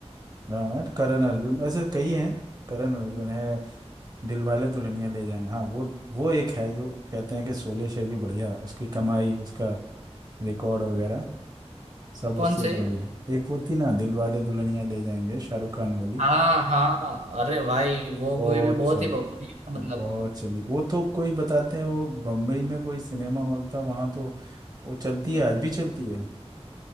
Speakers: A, on the right; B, on the right.
A: हाँ करण अर्जुन ऐसे कई हैं करण अर्जुन है दिलवाले दुल्हनिया ले जाएंगे हाँ वो वो एक है जो कहते हैं कि शोले से भी बढ़िया उसकी कमाई उसका रिकॉर्ड वगैरह सब
B: कौन
A: उससे
B: से
A: बढ़िया है। एक होती ना दिलवाले दुल्हनिया ले जाएंगे शाहरुख खान वाली
B: हाँ हाँ अरे भाई वो
A: बहुत
B: मूवी भी बहुत
A: चली
B: ही बढ़िया
A: थी,
B: मतलब
A: बहुत चली वो तो कोई बताते हैं वो बम्बई में कोई सिनेमा हॉल था वहां तो वो चलती है आज भी चलती है